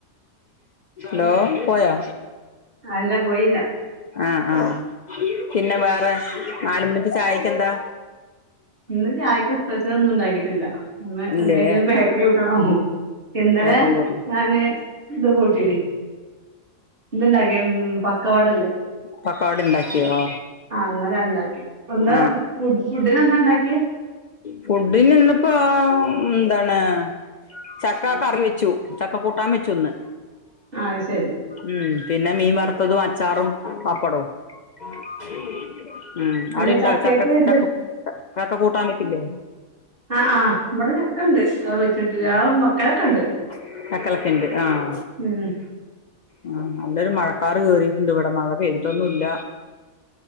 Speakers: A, on the left; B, on the right.
A: ഹലോ പോയോ?
B: അല്ല പോയില്ല.
A: ആ ആ പിന്നെ വേറെ നാലുമണിക്ക് ചായക്ക് എന്താ?
B: ഇന്ന് ചായക്ക് സ്പെഷ്യൽ ഒന്നും ഉണ്ടാക്കിട്ടില്ല ഇന്ന്
A: ഇല്ലേ
B: എന്തെങ്കിലും ബേക്കറി <unintelligible> ഇന്നലെ
A: ബേക്കറി കൂട്ടും
B: ഞാന് ഇത് കൂട്ടിയെടി. ഇതുണ്ടാക്കി ഉം പക്കവടല്ലേ
A: പക്കവട ഉണ്ടാക്കിയോ
B: ആ ഇന്നലെ അതണ്ടാക്കി. ഇന്ന്
A: ആ
B: ഫുഡ് ഫുഡിനെന്താ ണ്ടാക്കിയേ?
A: ഫുഡിന് ഇന്ന്പ്പോ ന്താണ് ചക്ക കറി വെച്ചു ചക്ക കൂട്ടാൻ വെച്ചു ഇന്ന്.
B: ആ അത് ശരി
A: ഉം പിന്നെ മീൻ വറുത്തതും അച്ചാറും പപ്പടവും. ആ ഉം അവിടെ
B: അല്ല
A: ഇണ്ടോ
B: ചക്കക്ക്
A: ചക്ക
B: ഇത്
A: ചക്ക ചക്ക കൂട്ടാൻ വെച്ചില്ലേ
B: ആഹ് ആഹ് ഇവിടെ ചക്കണ്ട് അത്
A: <unintelligible>
B: വെച്ചിട്ട് ആ മക്കളൊക്കെ ഉണ്ട്
A: ആഹ്
B: ഉം
A: ആ നല്ലൊരു മഴക്കാറ് കേറിയിട്ടുണ്ട് ഇവിടെ മഴ പെയ്തിട്ടൊന്നും ഇല്ല